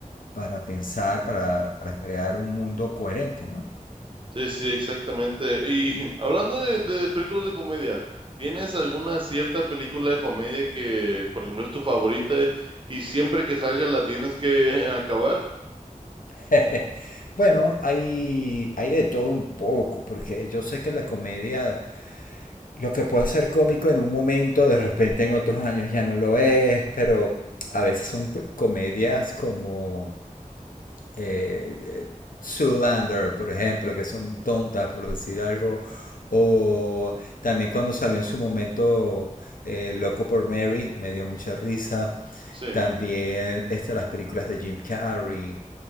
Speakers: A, on the left; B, on the right.
A: para pensar, para, para crear un mundo coherente, ¿no?
B: Sí, sí, exactamente. Y <laughs> hablando de, de películas de comedia, ¿tienes alguna cierta película de comedia que, por ejemplo, es tu favorita y siempre que salga la tienes que <laughs> acabar?
A: <laughs> Bueno, hay, hay de todo un poco, porque yo sé que la comedia, lo que puede ser cómico en un momento, de repente en otros años ya no lo es, pero a veces son p- comedias como eh, eh, Zoolander, por ejemplo, que son tontas, por decir algo. O también cuando salió en su momento eh, Loco por Mary, me dio mucha risa.
B: Sí.
A: También estas las películas de Jim Carrey.